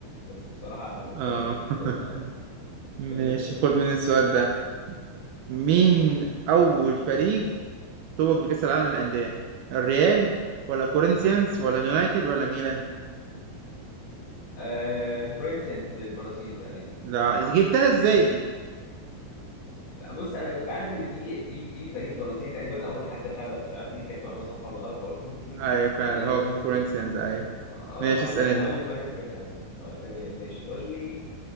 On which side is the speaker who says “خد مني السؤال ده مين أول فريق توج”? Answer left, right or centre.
Right